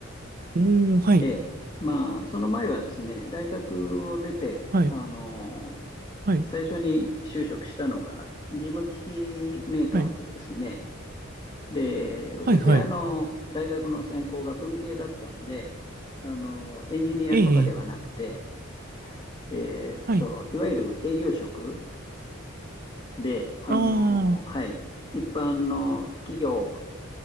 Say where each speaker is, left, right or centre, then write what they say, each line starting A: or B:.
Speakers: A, on the right; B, on the left.
A: おー、はい、
B: ええ、まあ、その前はですね、大学を出て、
A: はい、
B: あの、
A: はい、
B: 最初に就職したのが、事務機器メーカーでですね、
A: はい、
B: で、私はあの大学の専攻が文系だったんで、
A: はい、はい。
B: あのエンジニアとかではなくて、
A: ええ、
B: えーと、
A: はい。
B: いわゆる営業職で、あの、
A: ああ、
B: はい、一般の企業